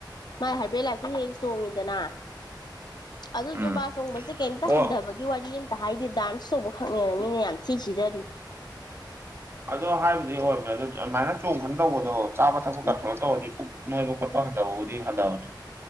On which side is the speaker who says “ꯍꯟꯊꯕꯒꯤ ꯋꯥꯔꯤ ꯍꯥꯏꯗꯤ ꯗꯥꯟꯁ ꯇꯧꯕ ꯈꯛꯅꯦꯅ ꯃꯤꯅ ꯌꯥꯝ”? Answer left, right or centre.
Left